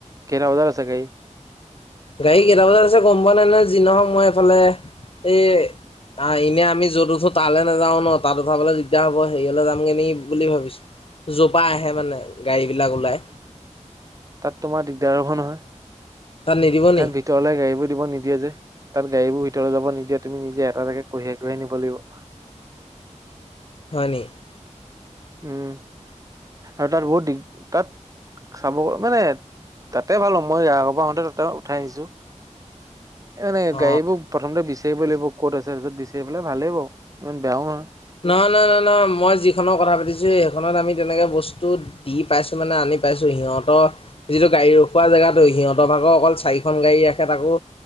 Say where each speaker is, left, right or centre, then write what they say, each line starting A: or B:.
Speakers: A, on the right; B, on the left.
A: কেইতা বজাত আছে গাড়ী
B: গাড়ী কেইটা বজাত আছে গম পোৱা নাই নহয় যি নহওক মই এইফালে এই নাই এনে আমি যত উঠো তালৈ নাযাও ন তাত উঠাবলৈ দিগদাৰ হ'ব হেৰিয়লে যামগে নেকি বুলি ভাবিছো। জোপা আহে মানে গাড়ী বিলাক ওলাই।
A: তাত তোমাৰ দিগদাৰ হ'ব নহয়,
B: তাত নিদিব নি
A: তাত ভিতৰলে গাড়ীবোৰ দিব নিদিয়ে যে। তাত গাড়ীবোৰ ভিতৰত যাব নিদিয়ে তুমি নিজে এটা এটাকে কঢ়িয়াই কঢ়িয়াই নিব লাগিব।
B: হয় নি?
A: উম, আৰু তাত বহুত দিগ, তাত চাব মানে, তাতে ভাল <unintelligible> মই আগৰবাৰ আহোতে তাতে উঠাই আহিছোঁ। <inaudible> এই মানে
B: অ
A: গাড়ীবোৰ প্ৰথমতে বিচাৰিব লাগিব ক'ত আছে পিছত বিচাৰি পেলাই ভালে বাউ, ইমান বেয়াও নহয়।
B: নহয় নহয় নহয় নহয় মই যিখনৰ কথা কৈছোঁ সেইখনত আমি তেনেকে বস্তু দি পাইছো মানে আনি পাইছো সিহঁতৰ, যিটো গাড়ী ৰখোৱা জেগাতো সিহঁতৰ ভাগৰ অকল চাৰিখন গাড়ী ৰাখে তাকো,